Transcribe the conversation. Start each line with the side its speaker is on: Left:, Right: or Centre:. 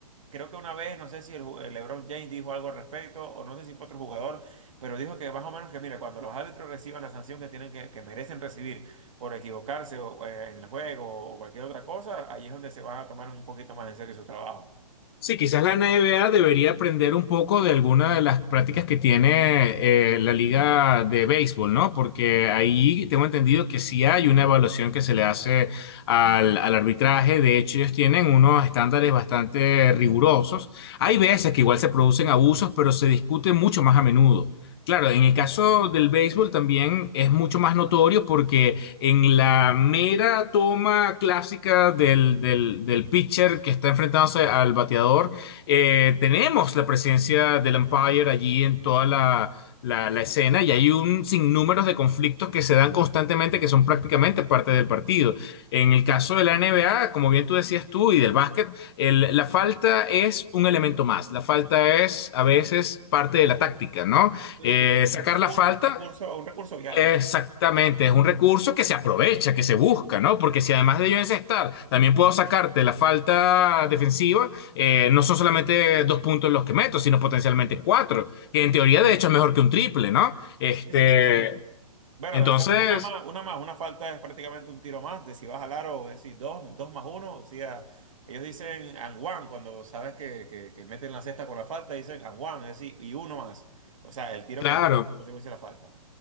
Right: creo que una vez, no sé si el, ju- el LeBron James dijo algo al respecto o no sé si fue otro jugador, pero dijo que más o menos que, mira, cuando los árbitros reciban la sanción que tienen que, que merecen recibir por equivocarse o, eh, en el juego o cualquier otra cosa, ahí es donde se van a tomar un poquito más en serio su trabajo.
Left: Sí, quizás la NBA debería aprender un poco de alguna de las prácticas que tiene eh, la liga de béisbol, ¿no? Porque ahí tengo entendido que sí hay una evaluación que se le hace al, al arbitraje. De hecho, ellos tienen unos estándares bastante rigurosos. Hay veces que igual se producen abusos, pero se discute mucho más a menudo. Claro, en el caso del béisbol también es mucho más notorio porque en la mera toma clásica del, del, del pitcher que está enfrentándose al bateador, eh, tenemos la presencia del umpire allí en toda la, la, la escena y hay un sinnúmero de conflictos que se dan constantemente que son prácticamente parte del partido. En el caso de la NBA, como bien tú decías tú, y del básquet, el- la falta es un elemento más. La falta es a veces parte de la táctica, ¿no?
Right: Sí,
Left: Eh,
Right: un
Left: sacar
Right: recurso,
Left: la falta
Right: un recurso, un recurso viable.
Left: Exactamente, es un recurso que se aprovecha, que se busca, ¿no? Porque si además de yo encestar, también puedo sacarte la falta defensiva, eh, no son solamente dos puntos los que meto, sino potencialmente cuatro, que en teoría de hecho es mejor que un triple, ¿no? Este,
Right: Sí, sí, sí, sí. Bueno,
Left: entonces,
Right: o sea, una más, una más, una falta es prácticamente un tiro más, de si vas al aro, es decir, dos, dos más uno, o sea, ellos dicen and one, cuando sabes que, que, que meten la cesta con la falta, dicen and one, es decir, y uno más, o sea, el tiro
Left: claro.
Right: que le consecuencia de la falta.